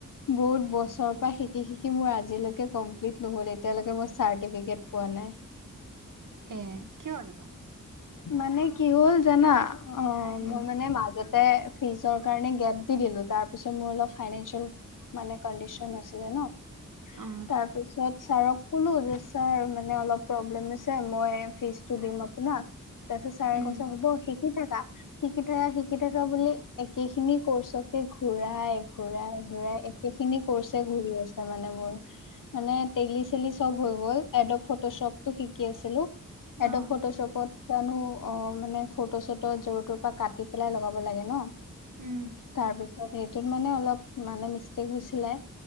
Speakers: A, on the left; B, on the right.
A: বহুত বছৰৰ পৰা শিকি শিকি মোৰ আজিলৈকে ক'ম প্লিট নহল এতিয়ালৈকে মই চাৰ্টিফিকেট পোৱা নাই।
B: এ কিয় এনেকুৱা?
A: মানে কি হ'ল জানা, অঁ
B: উম
A: মই মানে মাজ তে ফিজৰ কাৰণে গেপ দি দিলো, তাৰপিছত মোৰ অলপ ফাইনেছিয়েল মানে কণ্ডিশন আছিলে ন।
B: অ
A: তাৰপিছত ছাৰক ক'লো, যে ছাৰ মানে অলপ প্ৰব্লেম হৈছে মই ফিজটো দিম আপোনাক, তাৰপিছত ছাৰে
B: উম
A: কৈছে হ'ব শি কি থাকা, শিকি থাকা শিকি থাকা বুলি একে খিনি কৰ্চকে ঘূৰাই ঘূৰাই ঘূৰাই একে খিনি কৰ্ছে ঘূৰি আছোঁ মানে মোৰ মানে টেলি চেলি চব হৈ গল এডপ ফটোশ্বপটো শিকি আছিলো। এডপ
B: অ
A: ফটোশ্বপ কিয়নো অঁ মানে ফটো চটো য'ৰ তৰ পৰা কাটি পেলাই লগাব লাগে ন।
B: উম।
A: তাৰ পিছত সেইটোত মানে অলপ মানে মিষ্টেক হৈছিলে।